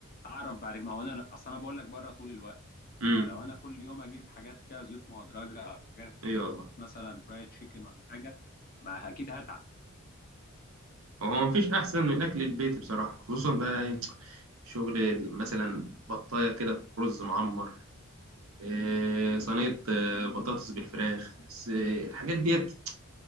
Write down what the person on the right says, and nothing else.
امم
اي والله
هو مفيش أحسن من أكل البيت بصراحة خصوصا بقى إيه شغل مثلا بطاية كده في رز معمر إيه صينية آه، بطاطس بالفراخ بس إيه الحاجات ديت